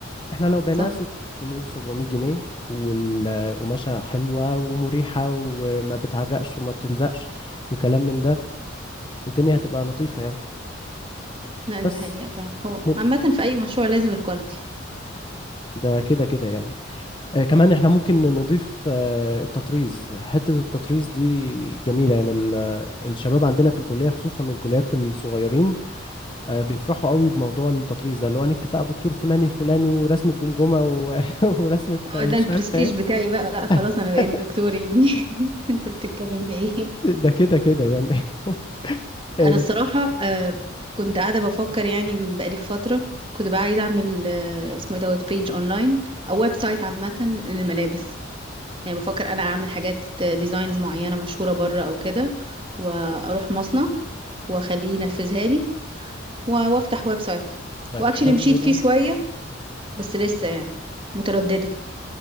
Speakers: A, on the left (about 25°); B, on the right (about 25°).
A: احنا لو بعناها
B: صح
A: 600 700 جنيه والقماشة حلوة ومريحة وما بتعرقش وما بتلزقش وكلام من ده الدنيا هتبقى لطيفة يعني
B: لا دي
A: بس
B: حقيقة فعلا هو
A: م-
B: عامة في أي مشروع لازم الكواليتي
A: ده كده كده يعني آه كمان احنا ممكن نضيف آه التطريز حتة التطريز دي جميلة يعني ال- آه، الشباب عندنا في الكلية خصوصا الكليات الصغيرين آه بيفرحوا قوي بموضوع التطريز ده اللي هو هنكتب بقى دكتور فلاني الفلاني ورسم الجمجمة و- <laughs> ورسمة
B: هو
A: مش
B: ده البرستيج
A: عارفة ايه
B: بتاعي بقى لا خلاص
A: <laughs>
B: أنا بقيت دكتور يا ابني <laughs> أنت بتتكلم في إيه
A: ده كده كده يعني إيه،
B: أنا الصراحة آه كنت قاعدة بفكر يعني بقالي فترة كنت بقى عايزة أعمل آه اسمه إيه دوت بيج أونلاين أو ويب سايت عامة للملابس يعني بفكر أنا أعمل حاجات ديزاينز معينة مشهورة بره أو كده وأروح مصنع وأخليه ينفذها لي و- وأفتح ويب سايت
A: طيب
B: وأكشلي
A: حلو
B: مشيت فيه
A: ده
B: شوية بس لسه يعني مترددة